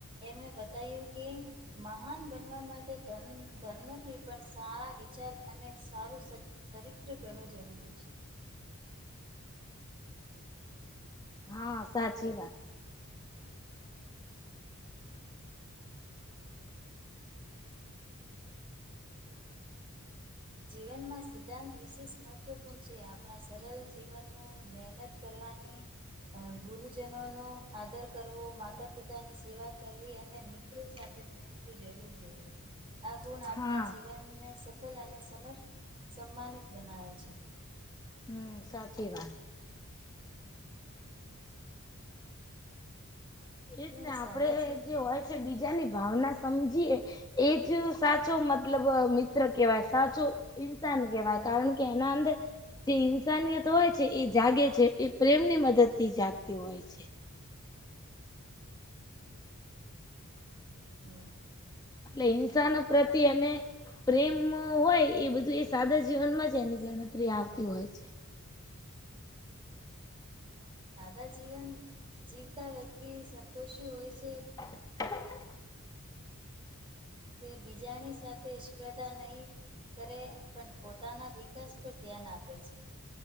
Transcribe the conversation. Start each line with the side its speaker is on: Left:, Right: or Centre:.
Right: એમને બધા એવું કે મહાન બનવા માટે ધન ધન નથી પણ સારા વિચાર અને સારું સ- સરિત્ર ઘણું જરૂરી છે.
Left: હા, સાચી વાત.
Right: જીવનમાં સિદ્ધાંત વિશેષ મહત્ત્વપૂર્ણ છે, આપણા સરળ જીવનનું મહેનત કરવાની અ ગુરુજનોનો આદર કરવો, માતા-પિતાની સેવા કરવી અને મિત્રો સાથે પ્રે મથી રહેવું જોઈએ. આ ગુણ આપણા
Left: હા
Right: જીવનને સફળ અને સમર-સમાનિત બનાવે છે.
Left: હમ્મ સાચી વાત. એજને
Right: તો
Left: આપણે
Right: સાદા જી
Left: જે હોય છે બીજાની ભાવના સમજીએ એજ સાચો મતલબ મિત્ર કેવાય સાચો ઇન્સાન કેવાય કારણ કે એના અંદર જે ઇન્સાનિયત હોય છે, એ જાગે છે એ પ્રેમની મદદથી જાગતી હોય છે.
Right: સાચી વાત.
Left: એટલે હિંસાનો પ્રતિ એને પ્રેમ હોયએ બધું એ સાદા જીવનમાં જ એની ગણતરી આવતી હોય છે.
Right: અને સાદા જીવન જીવતા વ્યક્તિ સંતોષી હોય છે.
Left: <inaudible>
Right: તે બીજાની સાથે જ પ્રદાન નહીં કરે પણ પોતાના વિકાસ પર ધ્યાન આપે છે.